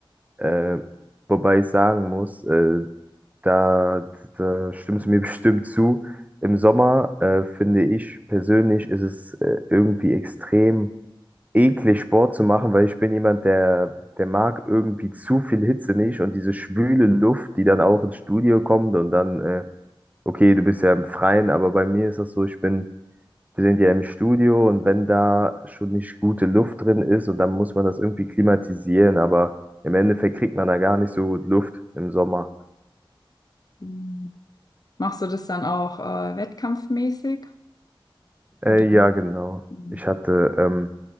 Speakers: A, on the right; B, on the left.
A: Äh, wobei ich sagen muss, äh, da, da stimmst du mir <laughs> bestimmt zu. Im Sommer, äh, finde ich persönlich, ist es äh, irgendwie extrem eklig, Sport zu machen, weil ich bin jemand, der, der mag irgendwie zu viel Hitze nicht und diese schwüle Luft, die dann auch ins Studio kommt und dann, äh, okay, du bist ja im Freien, aber bei mir ist das so, ich bin, wir sind ja im Studio und wenn da schon nicht gute Luft drin ist und dann muss man das irgendwie klimatisieren, aber im Endeffekt kriegt man da gar nicht so gut Luft im Sommer.
B: Mhm. Machst du das dann auch äh, wettkampfmäßig? Oder?
A: Äh, ja, genau.
B: Mhm.
A: Ich hatte ähm,